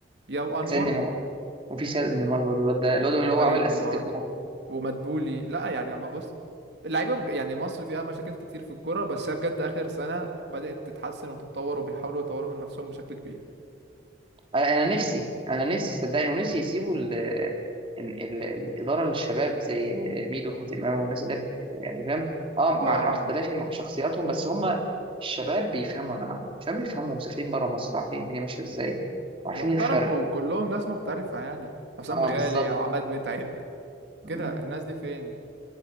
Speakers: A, on the right; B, on the right.
A: ياو انور
B: سيد نيمار وفي سيد نيمار برضه الواد ده الواد اللي هو
A: سيد
B: عمل
A: نيمار
B: اسيست الجون
A: ومدبولي لا يعني ما بص اللعيبه بج... يعني مصر فيها مشاكل كتير في الكوره بس هي بجد اخر سنه بدات تتحسن وتتطور وبيحاولوا يطوروا من نفسهم بشكل كبير
B: انا أنا نفسي انا نفسي صدقني ونفسي يسيبوا ال... ال... ال... الاداره للشباب زي ميدو حزيماوي والناس اللي يعني فاهم اه
A: اه
B: مع اختلافي مع شخصياتهم بس هم الشباب بيفهموا يا جماعه الشباب بيفهموا مسافرين بره مصر عارفين الدنيا ماشيه ازاي وعارفين
A: واحترفوا
B: الفرق
A: كلهم ناس محترفه يعني حسام
B: اه
A: غالي
B: بالظبط
A: عماد متعب
B: مم.
A: كده الناس دي فين